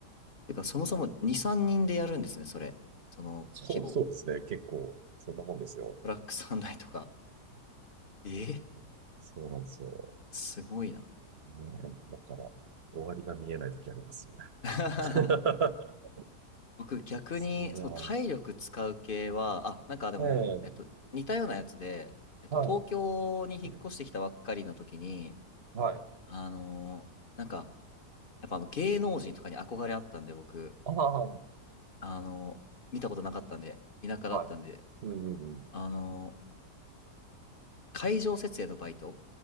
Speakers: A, on the left; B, on the right.
A: てか、そもそも2、3人でやるんですね、それ。その規模。
B: そう、そうですね。結構、そんなもんですよ。
A: ブラックサンダイとか。えー
B: <laughs> そうなんですよ。
A: すごいな。
B: ねえ、だから、終わりが見えない時ありますよね。
A: <laughs>
B: <laughs>
A: 僕逆に、
B: そう
A: その体力使う系は、あ、なんかでも、
B: ね。ええ、
A: えっと、似たようなやつで、えっと、
B: はい。
A: 東京に引っ越してきたばっかりの時に、
B: うんはい。
A: あのーなんか、やっぱあの芸能人とかに憧れあったんで、僕、
B: ああ、は
A: あのー見たことなかったんで、田舎だったんで、
B: い。うんうんうん。
A: あのー会場設営のバイト